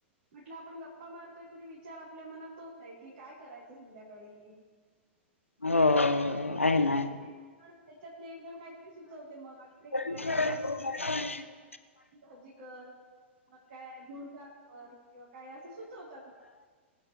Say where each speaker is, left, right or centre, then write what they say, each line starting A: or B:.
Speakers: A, on the right; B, on the left.
A: म्हटलं आपण गप्पा मारतोय तरी विचार आपल्या मनात तोच आहे की काय करायचं संध्याकाळी
B: हो
A: मग त्याच्यात त्याच्यातलेण
B: आहे ना
A: त्याच्यातले एक जण काहीतरी सुचवते मग
B: <inaudible>
A: ते कर अगं ते कर भाजी कर मग काय धुणकाक किंवा काय असं सुचवतात